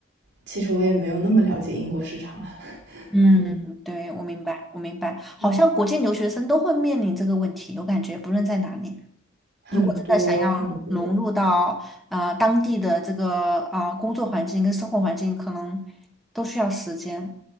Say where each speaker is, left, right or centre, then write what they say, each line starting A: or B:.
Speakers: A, on the right; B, in the centre.
A: 其实我也没有那么了解英国市场了，
B: 嗯，
A: 嗯，
B: 对，我明白，我明白。好像国际留学生都会面临这个问题，
A: 嗯
B: 我感觉不论在哪里。
A: 很多很多，
B: 如果真的想要融入到呃当地的这个呃工作环境跟生活环境，可能都需要时间，